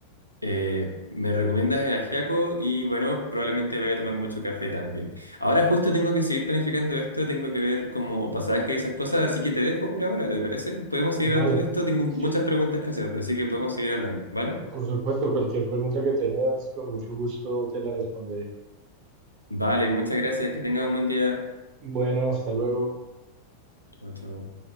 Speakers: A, on the left; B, on the right.
A: Eh, me recomiendas el ajiaco y bueno, probablemente vaya a tomar mucho café también. Ahora justo tengo que seguir planificando esto, tengo que ver como pasajes y esas cosas, así que te dejo por ahora, ¿te parece? Podemos seguir
B: Vale.
A: hablando de esto, tengo muchas
B: Sí,
A: preguntas que hacerte, así que podemos seguir hablando, ¿vale?
B: Por supuesto, cualquier pregunta que tengas, con mucho gusto te la responderé.
A: Vale, muchas gracias, que tengas un buen día.
B: Bueno, hasta luego.
A: Chao, chao.